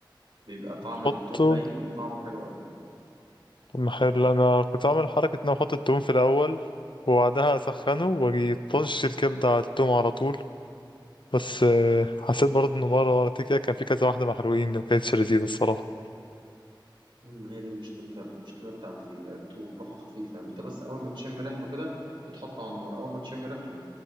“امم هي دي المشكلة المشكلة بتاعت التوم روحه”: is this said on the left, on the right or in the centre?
Right